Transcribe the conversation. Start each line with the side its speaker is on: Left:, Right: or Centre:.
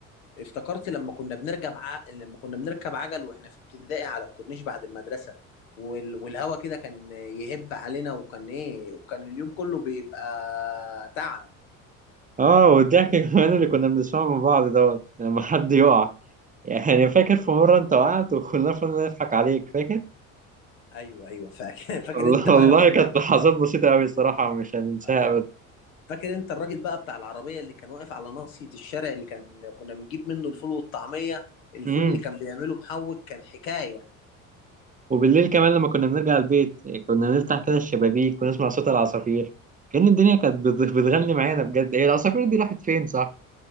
Left: افتكرت لما كنا بنركب ع... لما كنا بنركب عجل واحنا في ابتدائي على الكورنيش بعد المدرسة وال... والهوا كده كان يهب علينا وكان ايه وكان اليوم كله بيبقى تعب
Right: اه والضحك <laughs> كمان اللي كنا بنسمعه من بعض دوت لما حد يقع يعني فاكر في مرة انت وقعت وكلنا فضلنا نضحك عليك فاكر؟
Left: ايوه ايوه فاكر <laughs> فاكر
Right: والله
Left: انت
Right: <laughs>
Left: بقى
Right: والله
Left: لما كنا
Right: كانت لحظات بسيطة أوي الصراحة مش
Left: <laughs>
Right: هننساها
Left: آه.
Right: أبدا
Left: فاكر انت الراجل بقى بتاع العربية اللي كان واقف على ناصية الشارع اللي كان كنا بنجيب منه الفول والطعمية الفول
Right: امم
Left: اللي كان بيعمله محوج كان حكاية
Right: وبالليل كمان لما كنا بنرجع البيت كنا بنفتح كده الشبابيك ونسمع صوت العصافير كأن الدنيا كانت بت- بتغني معانا بجد هي العصافير دي راحت فين صح؟